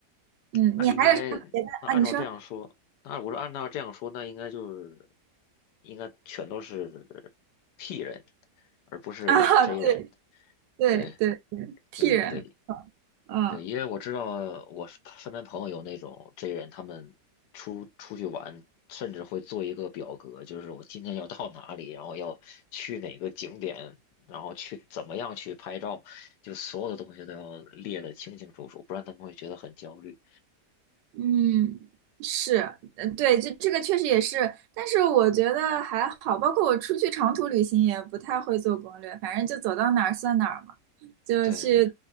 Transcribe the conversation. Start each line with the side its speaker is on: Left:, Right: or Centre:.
Right: 嗯，
Left: 那应该，
Right: 你还有什么别的啊？
Left: 那按照这样说，
Right: 你说
Left: 那我说按照这样说，那应该就是，应该全都是 P 人，而不是
Right: 啊，<laughs>
Left: J 人。
Right: 对对对对，
Left: 对，
Right: 替人，
Left: 对对对，
Right: 嗯。
Left: 对，因为我知道我身边朋友有那种 J 人，他们出出去玩，甚至会做一个表格，就是我今天要到哪里，然后要去哪个景点，然后去怎么样去拍照，就所有的东西都要列得清清楚楚，不然他们会觉得很焦虑。
Right: 嗯，是，呃对，这这个确实也是，但是我觉得还好，包括我出去长途旅行也不太会做攻略，反正就走到哪儿算哪儿嘛，就去，
Left: 对